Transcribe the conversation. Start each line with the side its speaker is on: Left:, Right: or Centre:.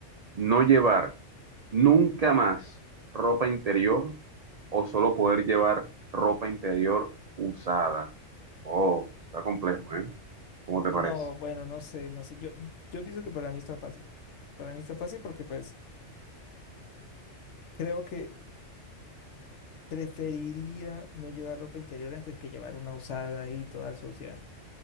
Right: no llevar nunca más ropa interior o solo poder llevar ropa interior usada. Oh, está complejo, ¿eh? ¿Cómo te parece?
Left: No, bueno, no sé, no sé. Yo, yo pienso que para mí está fácil. Para mí está fácil porque pues creo que preferiría no llevar ropa interior antes que llevar una usada ahí toda sucia,